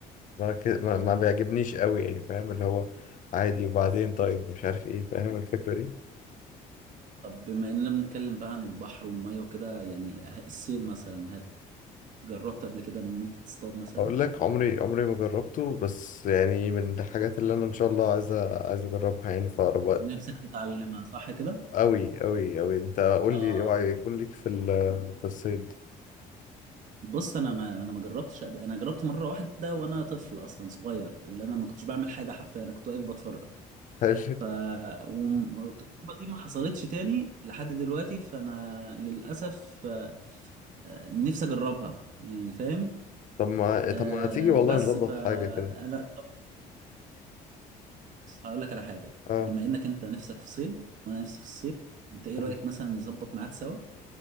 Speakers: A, on the left; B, on the right.
A: بركز... ما...
B: مم.
A: ما بيعجبنيش قوي يعني فاهم اللي هو عادي وبعدين طيب مش عارف ايه فاهم الفكره دي
B: طب بما اننا بنتكلم بقى عن البحر والميه وكده يعني الصيد مثلا هل جربت قبل كده ان انت تصطاد مثلا
A: اقول لك عمري عمري ما جربته بس يعني من الحاجات اللي انا ان شاء الله عايز أ- عايز اجربها يعني في اقرب وقت
B: نفسك تتعلمها صح كده
A: قوي قوي قوي انت قول
B: آه
A: لي اوعى يكون ليك في ال... في الصيد
B: بص انا ما انا ما جربتش قبل انا جربت مره واحده وانا طفل اصلا صغير اللي انا ما كنتش بعمل حاجه حرفيا انا كنت واقف بتفرج
A: <laughs> هل
B: ف وم- والتجربه دي ما حصلتش تاني لحد دلوقتي فانا للاسف آه، آه، نفسي اجربها يعني فاهم
A: طب ما
B: آه
A: طب ما تيجي والله
B: بس
A: نظبط
B: فانا
A: حاجة كده
B: بص هقول لك على حاجة
A: اه
B: بما انك انت نفسك في صيد وانا نفسي في الصيد انت ايه
A: حلو
B: رأيك مثلا نظبط ميعاد سوا